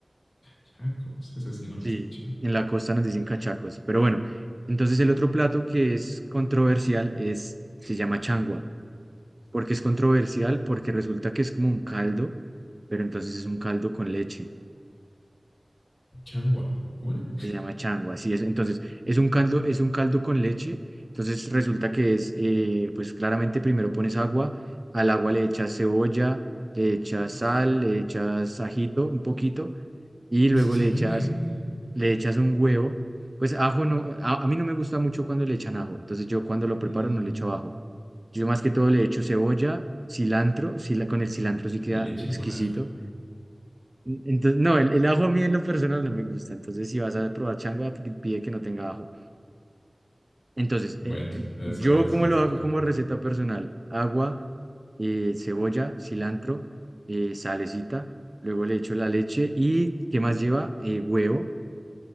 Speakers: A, on the left; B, on the right.
A: Chacos, eso sí no lo
B: Sí,
A: he escuchado.
B: en la costa nos dicen cachacos, pero bueno, entonces el otro plato que es controversial es, se llama changua. ¿Por qué es controversial? Porque resulta que es como un caldo, pero entonces es un caldo con leche.
A: Changua, ¿cómo era?
B: Se llama changua, así es. Entonces, es un caldo, es un caldo con leche. Entonces resulta que es, eh, pues claramente primero pones agua, al agua le echas cebolla, le echas
A: Mm.
B: sal, le echas ajito un poquito, y
A: Y
B: luego
A: si sabe
B: le echas
A: bien,
B: le echas un huevo. Pues ajo no, a, a mí no me gusta mucho cuando le echan ajo, entonces yo cuando lo preparo
A: mm,
B: no le echo ajo. Yo más que todo le echo cebolla, cilantro, cila- con el cilantro sí
A: leche
B: queda exquisito.
A: con ajo.
B: En- Entonces, no, el, el ajo a mí en lo personal no me gusta, entonces si vas a probar changua, pi- pide que no tenga ajo. Entonces,
A: Bueno,
B: eh, eh,
A: a
B: yo
A: esa hora
B: como
A: sí
B: lo
A: se
B: hago
A: puede.
B: como receta personal, agua, eh, cebolla, cilantro, eh, salecita, luego le echo la leche y ¿qué más lleva? Eh, huevo.